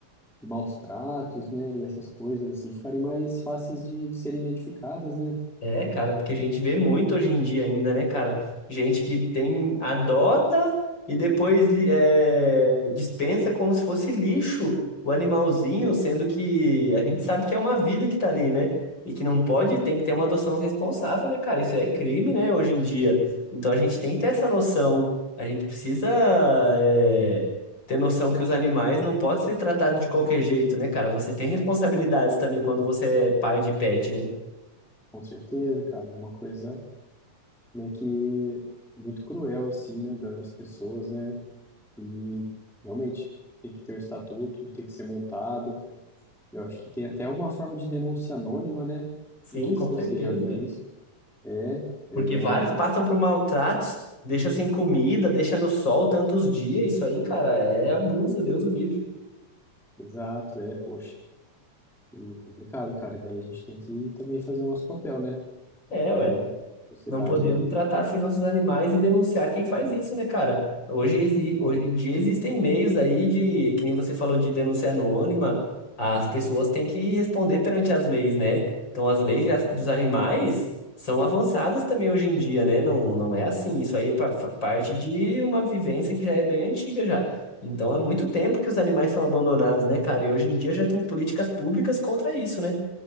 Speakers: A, in the centre; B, on the left.
A: de maus tratos, né, e essas coisas assim ficarem mais fáceis de, de serem identificadas, né?
B: É, cara, porque a gente vê muito hoje em dia ainda, né, cara? Gente que tem, adota e depois li- é, dispensa como se fosse lixo o animalzinho, sendo que a gente sabe que é uma vida que tá ali, né? E que não pode, tem que ter uma adoção responsável, né, cara? Isso é crime, né, hoje em dia. Então a gente tem que ter essa noção. A gente precisa, é, ter noção que os animais não podem ser tratados de qualquer jeito, né, cara? Você tem responsabilidades também quando você é pai de pet, né?
A: Com certeza, cara, é uma coisa né, que é muito cruel, assim, né, da- das pessoas, né, e realmente tem que ter o estatuto, tem que ser montado, eu acho que tem até uma forma de denúncia anônima, né,
B: Sim,
A: não sei
B: com
A: se
B: certeza,
A: você já viu
B: cara.
A: isso, é, é
B: Porque
A: uma,
B: vários passam por maltratos, deixa sem comida, deixa no sol tantos dias. Isso aí, cara, é abuso, Deus o livre.
A: exato, é, poxa, e complicado, cara, daí a gente tem que também fazer o nosso papel, né,
B: É,
A: como
B: ué.
A: sociedade
B: Não podemos
A: ali tem
B: tratar
A: que,
B: assim nossos animais e denunciar quem faz isso, né, cara? Hoje, exi-
A: pois é,
B: hoje em dia existem meios aí de, que nem você falou de denúncia anônima, as pessoas têm que responder perante as leis, né? Então as leis já-
A: sim,
B: dos animais são avançadas também hoje em dia, né? Não, não é assim, isso aí é pa- fa- parte de uma vivência que já é bem antiga já. Então há muito tempo que os animais são abandonados, né, cara? E hoje em dia já tem políticas públicas contra isso, né?